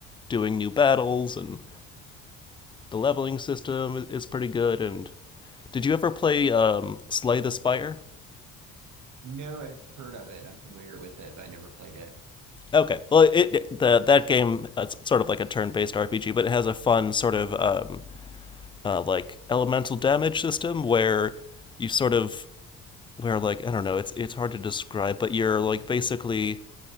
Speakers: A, on the left; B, on the right.
A: doing new battles and the leveling system is pretty good. And did you ever play um, Slay the Spire?
B: No, I've heard of it. I'm familiar with it, but I never played it.
A: Okay, well, it, it the that game it's sort of like a turn-based RPG, but it has a fun sort of um, uh, like elemental damage system where you sort of where like I don't know, it's it's hard to describe, but you're like basically